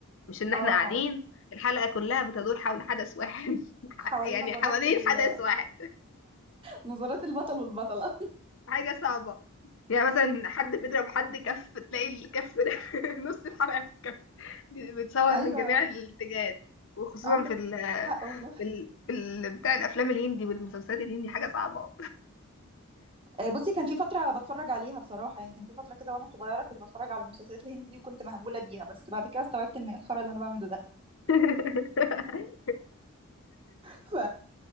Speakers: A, on the left; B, on the right.
A: مش ان احنا
B: اه
A: قاعدين الحلقه كلها بتدور حول حدث واحد <laughs>
B: حوالين
A: يعني
B: نظرات
A: حوالين
B: ال
A: حدث واحد
B: نظرات البطل والبطلة
A: حاجة صعبة يعني مثلا حد بيضرب حد كف تلاقي الكف ده <laughs> نص الحلقة في الكف بي- بيتصور
B: <laughs> أيوة
A: من جميع الاتجاهات وخصوصا
B: عندك
A: في ال
B: حق والله
A: في ال في ال بتاع الأفلام الهندي والمسلسلات الهندي حاجة صعبة
B: آه، بصي كان في فترة بتفرج عليها بصراحة يعني كان في فترة كده وأنا صغيرة كنت بتفرج على المسلسلات الهندي دي وكنت مهبولة بيها بس بعد كده استوعبت إن إيه الخرا اللي أنا بعمله ده
A: <laughs>
B: <laughs> ف...